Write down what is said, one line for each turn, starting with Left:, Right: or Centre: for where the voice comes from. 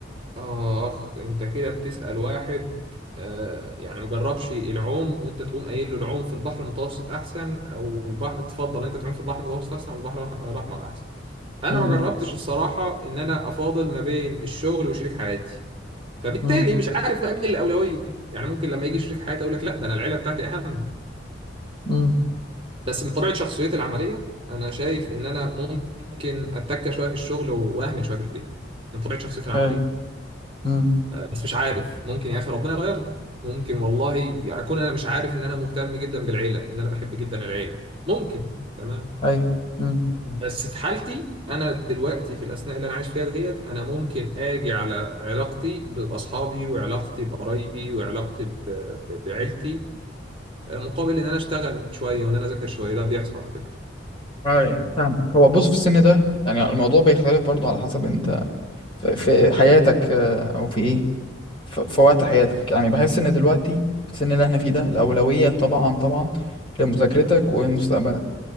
Right: آخ أنت كده بتسأل واحد آه يعني مجربش العوم وأنت تقوم قايل له العوم في البحر المتوسط أحسن أو البحر تفضل أنت تعوم في البحر المتوسط أحسن والبحر الأح- الأحمر أحسن أنا
Left: مم.
Right: ما جربتش الصراحة إن أنا أفاضل ما بين الشغل وشريك حياتي فبالتالي
Left: مم.
Right: مش عارف بقى مين اللي أولوية يعني ممكن لما يجي شريك حياتي أقول لك لا ده أنا العيلة بتاعتي أهم
Left: مم.
Right: بس من طبيعة شخصيتي العملية أنا شايف إن أنا ممكن أتكة شوية في الشغل وأهمل شوية في البيت من طبيعة شخصيتي العملية
Left: ايوه مم.
Right: بس مش عارف ممكن يا اخي ربنا يغيرني ممكن والله اكون انا مش عارف ان انا مهتم جدا بالعيله وان انا بحب جدا العيله ممكن تمام
Left: أيوة. مم.
Right: بس في حالتي انا دلوقتي في الاثناء اللي انا عايش فيها دهيت انا ممكن اجي على علاقتي باصحابي وعلاقتي بقرايبي وعلاقتي ب- ب- بعيلتي آه، مقابل ان انا اشتغل شويه وان انا اذاكر شويه ده بيحصل على فكره
Left: ايوه فاهمك هو بص في السن ده يعني الموضوع بيختلف برضه على حسب انت في, في حياتك آه، او في ايه في, في وقت حياتك يعني بحس ان دلوقتي في السن اللي احنا فيه ده الأولوية طبعا طبعا لمذاكرتك ومستقبلك